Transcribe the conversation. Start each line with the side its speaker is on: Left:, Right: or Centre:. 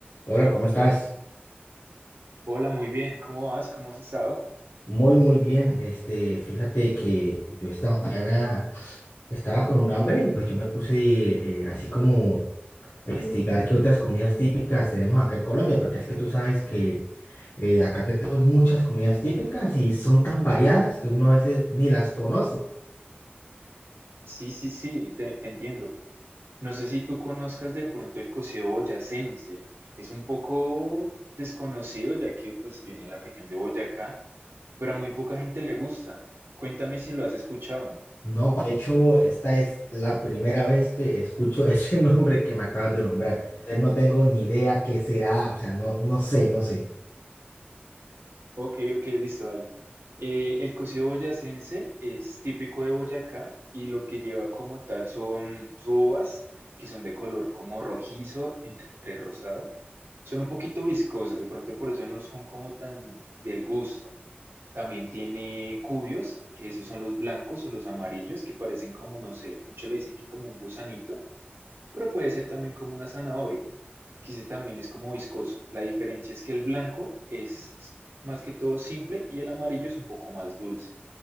Left: Hola, ¿cómo estás?
Right: Hola, muy bien. ¿Cómo vas? ¿Cómo has estado?
Left: Muy, muy bien. Este, fíjate que yo esta mañana estaba con un hambre y pues yo me puse eh, así como a investigar qué otras comidas típicas tenemos acá en Colombia, porque es que tú sabes que eh, acá tenemos muchas comidas típicas y son tan variadas que uno a veces ni las conoce.
Right: Sí, sí, sí, te, te entiendo. No sé si tú conozcas de pronto el coceo boyacense. Es un poco desconocido ya que pues viene en la región de Boyacá, pero a muy poca gente le gusta. Cuéntame si lo has escuchado.
Left: No, de hecho, esta es la primera vez que escucho <laughs> ese nombre que me acabas de nombrar. No tengo ni idea qué será, o sea, no, no sé, no sé.
Right: Ok, ok, listo, dale. Eh, el cocido boyacense es típico de Boyacá y lo que lleva como tal son robas que son de color como rojizo entre rosado Son un poquito viscosas, de pronto por eso no son como tan del gusto. También tiene cubios, que esos son los blancos o los amarillos, que parecen como, no sé, muchos le dicen que como un gusanito, pero puede ser también como una zanahoria, que ese también es como viscoso. La diferencia es que el blanco es más que todo simple y el amarillo es un poco más dulce.